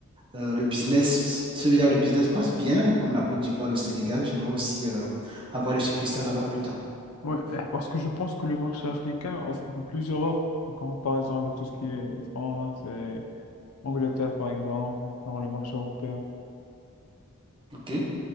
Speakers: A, on the right; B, on the left.
A: euh, le business, ce genre de business passe bien, comme la Côte d'Ivoire, le Sénégal. J'aimerais aussi euh, avoir des succursales là-bas plus tard.
B: Ouais, eh, parce que je pense que le marché africain offre plusieurs offres en comparaison avec tout ce qui est France et Angleterre, par exemple, genre le marché européen.
A: OK?